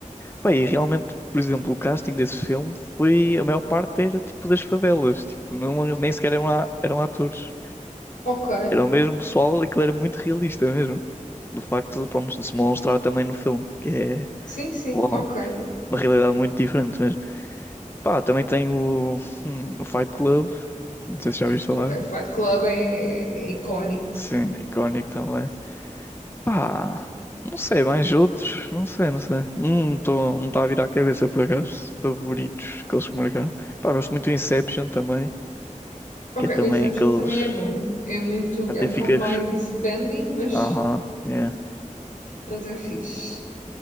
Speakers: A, on the left; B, on the left.
A: Pá, e realmente, por exemplo, o casting desse filme foi. A maior parte era tipo das favelas. Tipo, não, nem sequer eram, a- eram atores.
B: ok.
A: Era o mesmo pessoal, aquilo era muito realista mesmo. Do facto de, pronto, de se mostrar também no filme, que é
B: Sim, sim,
A: uau,
B: ok.
A: uma realidade muito diferente mesmo. Pá, também tem o, hum, o Fight Club, não sei se já ouviste falar.
B: Ok, Fight Club é, é icónico.
A: Sim, icónico também. Pá, não sei, mais outros, não sei, não sei. Não estou não tá a vir à cabeça por acaso, favoritos, aqueles que marcaram. Pá, gosto muito do Inception também,
B: Ok,
A: que é também
B: o Inception
A: aqueles.
B: também é bom. É muito,
A: Até
B: é um
A: ficas.
B: bocado mind-bending, mas,
A: Aham, é.
B: mas é fixe.